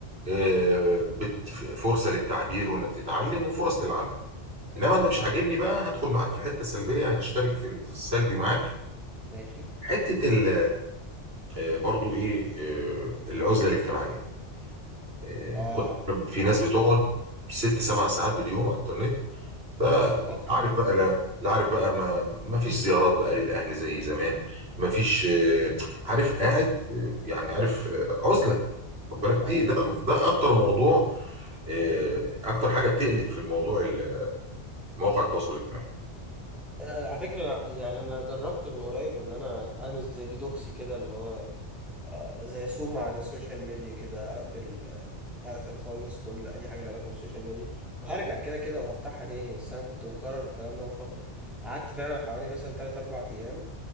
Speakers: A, on the right; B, in the centre.
A: آه، بت- فرصه للتعبير وانك تتعلم وفرص للعمل انما اللي مش عاجبني بقى هدخل معاك في حته سلبيه هشترك في السلبي معاك
B: ماشي
A: حته ال- آه، برضو ايه آه، العزله الاجتماعيه آه،
B: اه
A: كنت في ناس بتقعد ست سبع ساعات باليوم على الانترنت فعارف
B: اه واكتر والله
A: بقى لا لا عارف بقى ما ما فيش زيارات بقى للاهل زي زمان ما فيش آه، عارف قاعد آه، يعني عارف آه، عزله خد بالك دي
B: ايوه
A: ده
B: ايوه
A: ده اكتر موضوع آه، اكتر حاجه بتقلق في الموضوع ال- مواقع التواصل الاجتماعي
B: آه، على فكرة أنا- يعني أنا جربت من قريب إن أنا أعمل زي ديتوكس كده اللي هو آه، زي صوم عن السوشيال ميديا كده أقفل آه، أقفل خالص كل أي حاجة لها علاقة بالسوشيال ميديا وهرجع كده كده وهفتحها تاني بس أنا كنت مكرر الكلام ده من فترة قعدت فعلا حوالي مثلا تلات أربع أيام